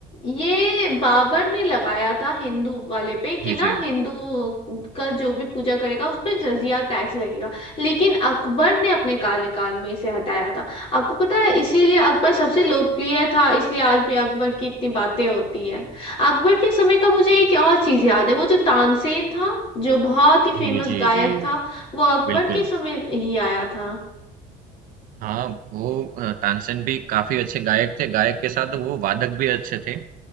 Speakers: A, on the left; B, on the right.
A: ये बाबर ने लगाया था हिंदू वाले पे
B: जी
A: कि ना
B: जी
A: हिंदू का जो भी पूजा करेगा उस पे जजिया टैक्स लगेगा लेकिन अकबर ने अपने कार्यकाल में इसे हटाया था आपको पता है इसीलिए अकबर सबसे लोकप्रिय था इसलिए आज भी अकबर की इतनी बातें होती हैं अकबर के समय का मुझे एक और चीज याद है वो जो तानसेन था जो बहुत ही
B: जी
A: फेमस
B: जी
A: गायक
B: जी
A: था वो अकबर
B: बिल्कुल
A: के समय ही आया था
B: हाँ वो अ, तानसेन भी काफी अच्छे गायक थे गायक के साथ वो वादक भी अच्छे थे